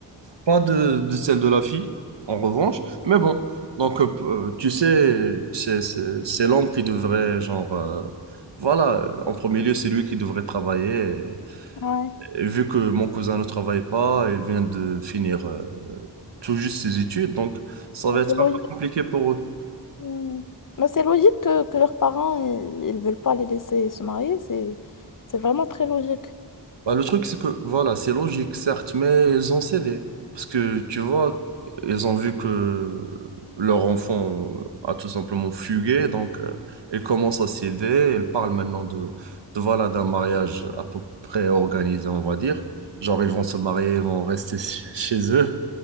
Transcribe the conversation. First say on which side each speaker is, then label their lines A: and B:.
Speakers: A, on the right; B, on the left.
A: Pas de, de celle de la fille, en revanche. Mais bon, donc, euh, tu sais, c'est, c'est, c'est l'homme qui devrait, genre, euh, voilà, euh, en premier lieu, c'est lui qui devrait travailler.
B: Ouais,
A: Et, et vu que mon cousin ne travaille pas et vient de finir euh, tout juste ses études, donc ça
B: Bah,
A: va être
B: c'est logique.
A: un peu compliqué pour eux.
B: Hmm. Bah, c'est logique que, que leurs parents, ils, ils veulent pas les laisser se marier, c'est c'est vraiment très logique.
A: Bah, le truc, c'est que, voilà, c'est logique, certes, mais ils ont cédé. Parce que, tu vois, ils ont vu que leur enfant a tout simplement fugué, donc euh, ils commencent à céder. Ils parlent maintenant de, de, voilà, d'un mariage à peu près organisé, on va dire. Genre, ils vont se marier, ils vont rester <laughs> ch- chez eux.